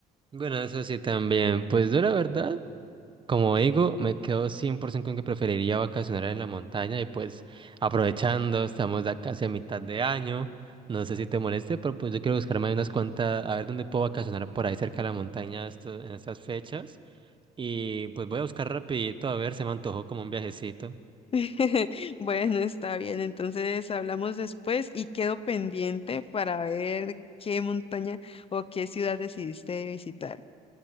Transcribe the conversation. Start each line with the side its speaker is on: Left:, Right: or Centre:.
Right: Bueno, eso sí también. Pues yo la verdad. Como digo, me quedo 100% con que preferiría vacacionar en la montaña y pues aprovechando, estamos ya casi a mitad de año, no sé si te moleste, pero pues yo quiero buscarme ahí unas cuantas, a ver dónde puedo vacacionar por ahí cerca de la montaña esto- en estas fechas y pues voy a buscar rapidito, a ver, se me antojó como un viajecito.
Left: <laughs> Bueno, está bien. Entonces hablamos después y quedo pendiente para ver qué montaña o qué ciudad decidiste visitar.